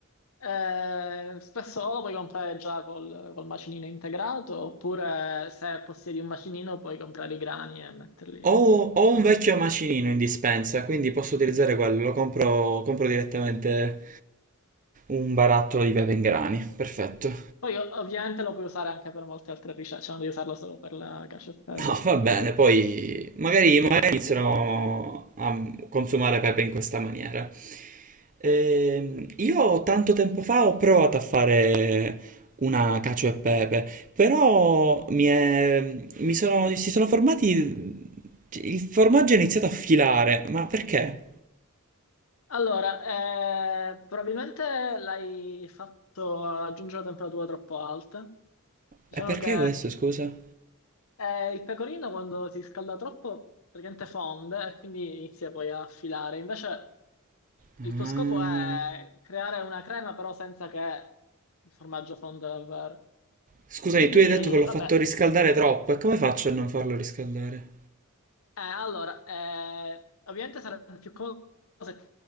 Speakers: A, on the left; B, on the right.
A: Eh, spesso lo puoi comprare già col, col macinino integrato, oppure se possiedi un macinino puoi comprare i grani e metterli
B: Ho, ho
A: nel
B: un
A: macinino.
B: vecchio macinino in dispensa, quindi posso utilizzare quello. Lo compro, compro direttamente un barattolo di pepe in grani. Perfetto.
A: Poi ov- ovviamente lo puoi usare anche per molte altre ricette, cioè non devi usarlo solo per la cacio e pepe.
B: No, va bene, poi magari, magari iniziano a consumare pepe in questa maniera. Ehm, io tanto tempo fa ho provato a fare una cacio e pepe, però mi è- mi sono, si sono formati, il formaggio è iniziato a filare, ma perché?
A: Allora, eh, probabilmente l'hai fatto raggiungere temperature troppo alte. Diciamo
B: E perché
A: che
B: questo, scusa?
A: eh, il pecorino quando si scalda troppo praticamente fonde e quindi inizia poi a filare. Invece
B: Ah,
A: il tuo scopo è creare una crema però senza che il formaggio fonda davvero.
B: scusami,
A: Quindi,
B: tu hai detto che l'ho
A: vabbè,
B: fatto riscaldare troppo, e come faccio a non farlo riscaldare?
A: Eh, allora, eh, ovviamente sarebbe più comodo se ti